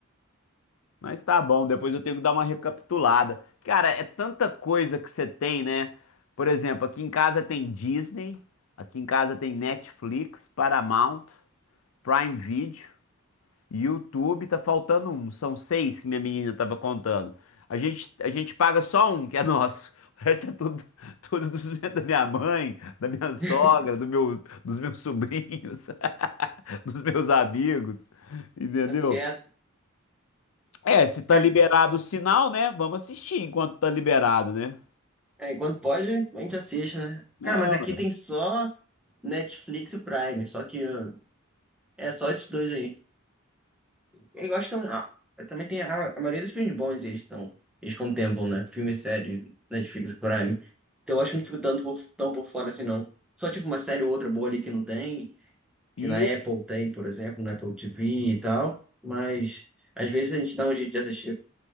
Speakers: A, on the left; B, in the centre.
A: Mas tá bom, depois eu tenho que dar uma recapitulada. Cara, é tanta coisa que você tem, né? Por exemplo, aqui em casa tem Disney, aqui em casa tem Netflix, Paramount, Prime Video. YouTube tá faltando um. São seis que minha menina tava contando. A gente, a gente paga só um, que é nosso. <laughs> O resto é tudo, tudo dos, meus da minha mãe, da minha sogra,
B: <laughs>
A: do meu, dos meus sobrinhos, <laughs> dos meus amigos. Entendeu?
B: Tá certo.
A: É, se tá
B: Cara,
A: liberado o sinal, né? Vamos assistir enquanto tá liberado, né?
B: É, enquanto pode, a gente assiste, né?
A: É,
B: Cara, mas
A: ué.
B: aqui tem só Netflix e Prime, só que ó, é só esses dois aí. Eu gosto também. ah, também tem a, a maioria dos filmes bons, eles estão. Eles contemplam, né? Filme e série, Netflix e Prime. Então eu acho que não fico tanto por, tão por fora assim, não. Só tipo uma série ou outra boa ali que não tem, que
A: E
B: na Apple tem, por exemplo, na Apple TV e tal. Mas às vezes a gente dá um jeito de assistir.